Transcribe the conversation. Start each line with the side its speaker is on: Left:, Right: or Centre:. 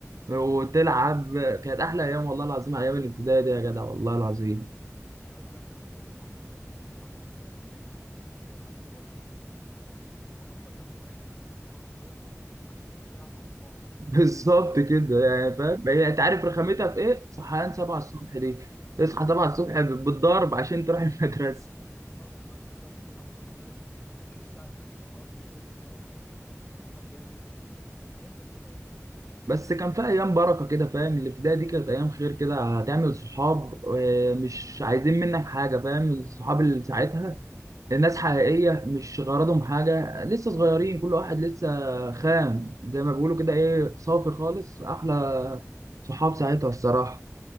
Right: وتلعب كانت احلى ايام والله العظيم ايام الابتدائي دي يا جدع والله العظيم
Left: اه والله اه بجد انا بتفق معاك في النقطه دي بصراحه كانت احلى ايام الواحد ما كانش شايل هم خالص كان يعني اللي هو اكبر هم الواحد ان هو كان يخلص الواجب عشان ينزل يلعب مع صحابه وكده
Right: <laughs> بالظبط كده يعني فاهم
Left: بالظبط
Right: هي انت عارف رخامتها في ايه صحيان 7 الصبح دي تصحى 7 الصبح بالضرب عشان تروح <laughs> المدرسه
Left: اه والله بالظبط تصحى الصبح بدري وتيجي الساعة 2 تبقى خلاص مش شايف قدامك وعايز تنام بس قدامك واجب كانت أيام جميلة والله
Right: بس كان في ايام بركه كده فاهم الابتدائي دي كانت ايام خير كده هتعمل صحاب آه، مش عايزين منك حاجه فاهم الصحاب اللي ساعتها الناس حقيقيه مش غرضهم حاجه لسه صغيرين كل واحد لسه خام زي ما بيقولوا كده ايه صافي خالص احلى صحاب ساعتها الصراحه